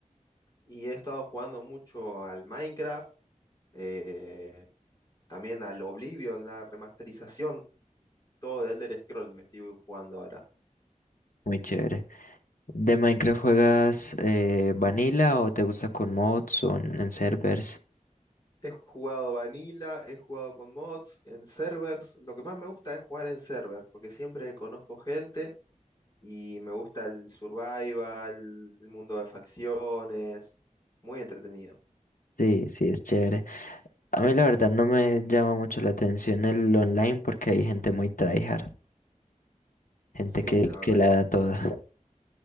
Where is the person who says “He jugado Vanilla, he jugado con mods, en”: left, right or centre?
Left